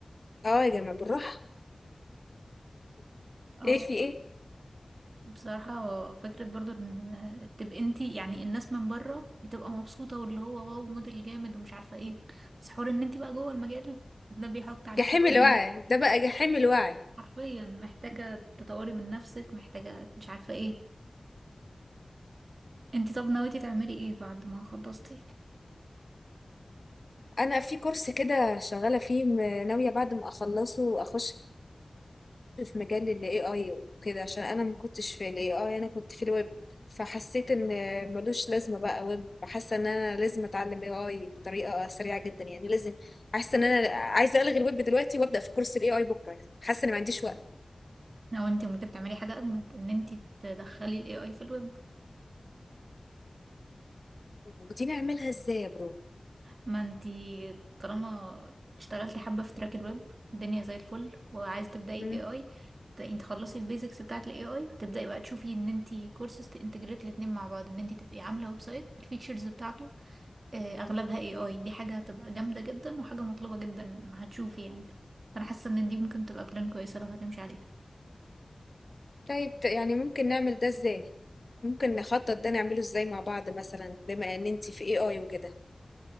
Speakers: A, on the left; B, on the right.
A: اه يا جماعة بالراحة
B: اه
A: ايه في ايه
B: بصراحة فكرة برضو ان تبقى انتي يعني الناس من بره بتبقى مبسوطة واللي هو واو موديل جامد ومش عارفة ايه بس حوار ان انتي بقى جوه المجال ده بيحط عليكي
A: جحيم
B: لود
A: الوعي
B: ان انتي
A: ده بقى جحيم الوعي
B: حرفيا محتاجة تطوري من نفسك محتاجة مش عارفة ايه انتي طب ناويتي تعملي ايه بعد ما خلصتي
A: انا في كورس كده شغالة فيه م- ناوية بعد ما اخلصه اخش في مجال ال AI وكده عشان أنا ما كنتش في ال AI أنا كنت في الويب فحسيت إن ملوش لازمة بقى ويب حاسة إن أنا لازم أتعلم AI بطريقة سريعة جدا يعني لازم حاسة إن أنا عايزة ألغي الويب دلوقتي وأبدأ في كورس ال AI بكرة يعني حاسة إن ما عنديش وقت
B: او انتي ممكن تعملي حاجة اجمد ان انتي تدخلي الاي اي في الويب
A: ودي نعملها إزاي يا برو؟
B: ما انتي طالما اشتغلتي حبة في تراك الويب الدنيا زي الفل وعايزة تبدأي
A: مم.
B: AI ت- انت تخلصي البيزكس بتاعة ال AI وتبدأي بقى تشوفي ان انتي كورسز تنتجريت الاتنين مع بعض ان انتي تبقي عاملة ويب سايت الفيتشرز بتاعته آه، اغلبها AI دي حاجة هتبقى جامدة جدا وحاجة مطلوبة جدا هتشوفي يعني انا حاسة ان دي ممكن تبقى بلان كويسة لو هتمشي عليها
A: طيب ت- يعني ممكن نعمل ده إزاي؟ ممكن نخطط ده نعمله إزاي مع بعض مثلا بما إن أنتي في AI وكده